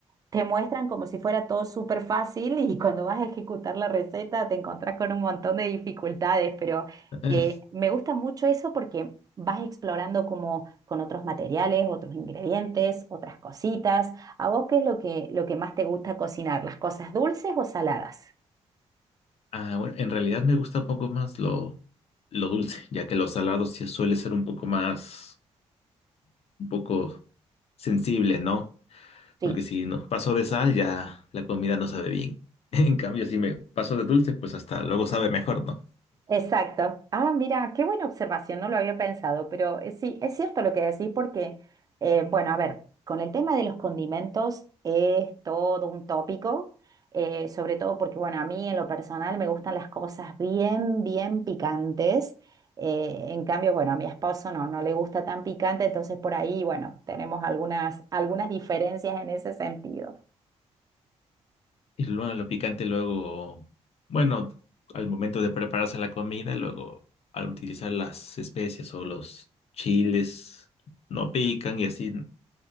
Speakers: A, on the right; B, on the left.
A: te muestran como si fuera todo súper fácil y cuando vas a ejecutar la receta te encontrás con un montón de dificultades, pero
B: <laughs>
A: eh, me gusta mucho eso porque vas explorando como con otros materiales, otros ingredientes, otras cositas. ¿A vos qué es lo que, lo que más te gusta cocinar? ¿Las cosas dulces o saladas?
B: Ah, bueno, en realidad me gusta un poco más lo, lo dulce, ya que los salados sí suele ser un poco más, un poco sensible, ¿no?
A: Sí.
B: Porque si nos paso de sal, ya la comida no sabe bien. <laughs> En cambio, si me paso de dulce, pues hasta luego sabe mejor, ¿no?
A: Exacto. Ah, mira, qué buena observación, no lo había pensado, pero eh, sí, es cierto lo que decís porque, eh, bueno, a ver, con el tema de los condimentos es todo un tópico, eh, sobre todo porque, bueno, a mí en lo personal me gustan las cosas bien, bien picantes. eh, en cambio, bueno, a mi esposo no, no le gusta tan picante, entonces por ahí, bueno, tenemos algunas, algunas diferencias en ese sentido.
B: Y luego lo picante, luego, bueno, al momento de prepararse la comida, luego al utilizar las especias o los chiles, no pican y así.